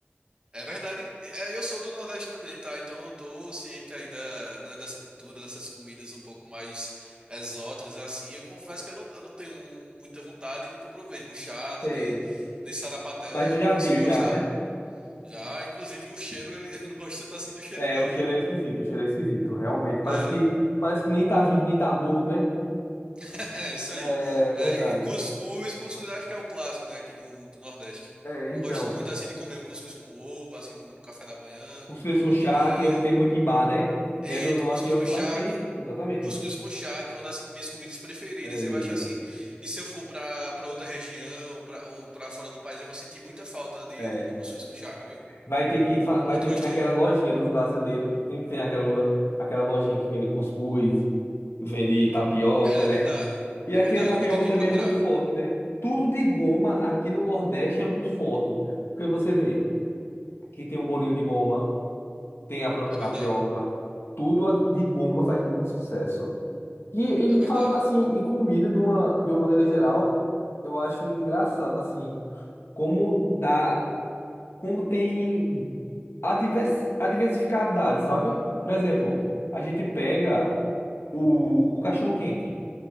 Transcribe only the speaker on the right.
É verdade, é, eu sou do Nordeste também, tá? Então eu tô ciente aí da, né, dessa cultura, dessas comidas um pouco mais exóticas, assim. Eu confesso que eu não, eu não tenho muita vontade e nunca provei buchada,
nem, nem sarapatel,
né?
eu
não consigo
gostar.
Já, inclusive, o cheiro, ele <laughs> eu não gosta tanto assim do cheiro,
não,
viu?
É,
<laughs> é isso
aí. É,
e cuscuz, cuscuz acho que é o clássico, né, aqui do, do Nordeste.
Eu gosto muito, assim, de comer um cuscuz com ovo, assim, no, no café da manhã,
com, com
a manteiguinha.
Eita,
cuscuz
com
charque.
Cuscuz com charque é uma das minhas comidas preferidas.
Eu acho assim, que se eu for pra para outra região, pra, ou pra fora do país, eu vou sentir muita falta de,
de comer cuscuz com charque, viu?
É muito
gostoso.
É
é verdade.
É
verdade.
Eu vou ter que
procurar.
É
verdade.
É verdade.